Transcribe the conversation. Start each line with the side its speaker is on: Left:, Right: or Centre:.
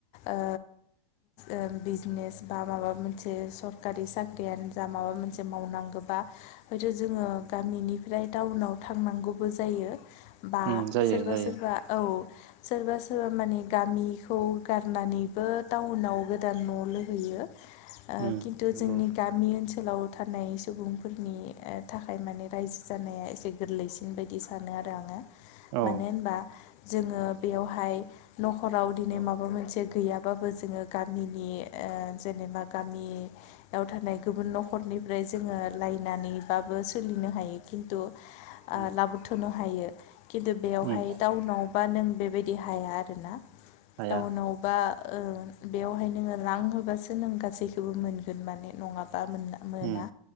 Left: ओ ओ बिजने बा माबा मोनसे सरकारि साख्रि माबा मोनसे मावनांगौ बा, खिनथु जोंङो गामिनिफ्राय टाउनाव थांनांगौबो जायो। बा
Right: उम जायो
Left: सोरबा
Right: जायो
Left: -सोरबा औ सोरबा- सोरबा माने गामिखौ गारनानैबो टाउनाव गोदान न' लुहैयो। ओ
Right: उम
Left: खिन्थु
Right: नंगौ
Left: जोंनि गामि ओनसोलाव ओनसोलाव थानाय सुबुंफोरनि थाखाय माने रायजो जानाया एसे गोरलैसिन बिदि सानो आरो आङो।
Right: औ
Left: मानो होनबा जोङो बेयावहाय न'खराव, बिदिनो
Right: औ
Left: माबा मोनसे गैयाबा जोङो गामिनि, ओ जेनेबा गामियाव थानाय गुबुन न'खरनिफ्राय जों जोङो लायनानैबाबो सोलिनो हायो <unintelligible> <unintelligible>
Right: उम
Left: लाबोथ'नो हायो। खिन्थु बेयावहाय
Right: उम
Left: टाउनाव बा नों बेबायदि हाया आरोना।
Right: हाया
Left: टाउनावबा ओ बेवहाय नोङो रां होबासो, नों गासैखौबो मोनगोन माने नङाब्ला बा मोना
Right: उम